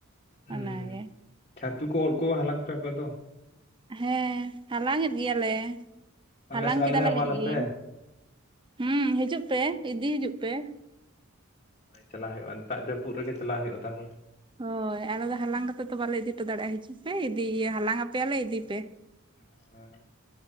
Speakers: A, on the left; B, on the right.
A: ᱦᱩᱸ
B: ᱚᱱᱟ ᱜᱮ ᱾
A: ᱪᱷᱟᱹᱛᱩ ᱠᱚ ᱩᱫ ᱠᱚ ᱦᱟᱞᱟᱝ ᱯᱮ ᱟᱯᱮ ᱫᱚ ᱾
B: ᱦᱮᱸ ᱦᱟᱞᱟᱝ ᱮᱫ ᱜᱮᱭᱟ ᱞᱮ
A: ᱟᱞᱮ
B: ᱦᱟᱞᱟᱝ
A: ᱥᱮᱫ
B: ᱠᱮᱫᱟᱞᱮ
A: ᱟᱞᱮ ᱦᱚᱸ ᱮᱢᱟᱞᱮᱯᱮ
B: ᱢᱤᱫ ᱫᱤᱱ ᱾ ᱦᱮᱸ ᱦᱤᱡᱩᱜ ᱯᱮ ᱤᱫᱤ ᱦᱤᱡᱩᱜ ᱯᱮ ᱾
A: ᱦᱚᱭ ᱪᱟᱞᱟᱜ ᱦᱩᱭᱩᱜ-ᱟ ᱫᱟᱜ ᱡᱟᱹᱯᱩᱫ ᱜᱮ ᱪᱟᱞᱟᱜ ᱦᱩᱭᱩᱜ-ᱟ ᱛᱟᱦᱚᱞᱮ ᱾
B: ᱦᱚᱭ ᱟᱞᱮ ᱫᱚ ᱦᱟᱞᱟᱝ ᱠᱟᱛᱮᱫ ᱫᱚ ᱵᱟᱞᱮ ᱤᱫᱤ ᱦᱚᱴᱚ ᱫᱟᱲᱮᱭᱟᱜ-ᱟ ᱦᱤᱡᱩᱜ ᱯᱮ ᱤᱫᱤ ᱦᱟᱞᱟᱝ ᱟᱯᱮᱭᱟᱞᱮ ᱤᱫᱤ ᱯᱮ
A: ᱦᱮᱸ ᱾